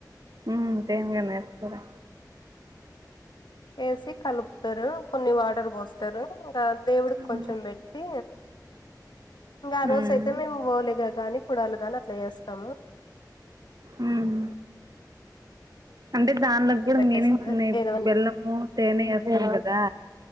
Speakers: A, on the right (about 60°); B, on the left (about 85°).
A: ఉమ్ తేన్గానే ఏస్తారా.
B: ఏసి కల్పుతారు, కొన్ని వాట్ <unintelligible> ఇంగా దేవుడికి
A: ఉమ్.
B: కొంచెం బెట్టి. ఇంగా ఆ రోజ్
A: ఉమ్.
B: అయితే మేము ఓలిగా గానీ కూడాలు గాని అట్ అట్ల ఏస్తాము.
A: ఉమ్ అంటే దానిలోకి కూడా మీనింగ్స్
B: చేస్తారు
A: ఉన్నాయి ఇప్పుడు
B: ఏదన్నా
A: బెల్లము, తేనె ఏస్తం గదా.